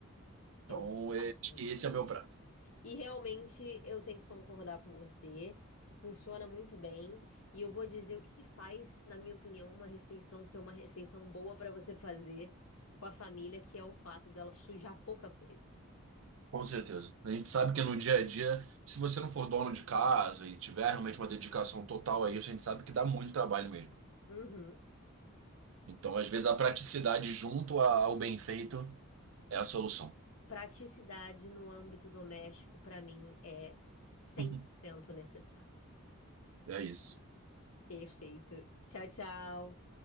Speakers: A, on the right; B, on the left.
A: Então,
B: Eu gosto
A: é,
B: bastante.
A: acho que esse é meu prato.
B: E realmente eu tenho que concordar com você. Funciona muito bem. E eu vou dizer o que que faz, na minha opinião, uma refeição ser uma refeição boa para você fazer com a família, que é o fato dela sujar pouca coisa.
A: Com certeza. A gente sabe que no dia a dia, se você não for dono de casa e tiver realmente uma dedicação total a isso, a gente sabe que dá muito trabalho mesmo.
B: Uhum.
A: Então, às vezes, a praticidade junto a- ao bem feito é a solução.
B: Praticidade no âmbito doméstico, para mim, é cem
A: <laughs>
B: por cento necessário.
A: É isso.
B: Perfeito. Tchau, tchau.